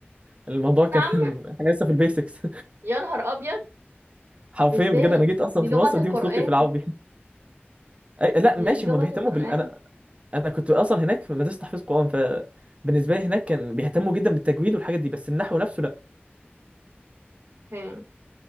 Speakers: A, on the right; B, on the right.
A: فالموضوع كان
B: نعم
A: <laughs> إحنا لسه في البيسكس
B: يا نهار أبيض
A: حرفيا
B: إزاي
A: بجد انا جيت اصلا
B: دي
A: في
B: لغة
A: مصر
B: القرآن
A: دي من صورتي في العربي <laughs> أي لا
B: دي
A: ماشي
B: لغة
A: هما بيهتموا
B: القرآن
A: بال انا انا كنت اصلا هناك في مدرسه تحفيظ قران فبالنسبه لي هناك كان بيهتموا جدا بالتجويد والحاجات دي بس النحو نفسه لا
B: فين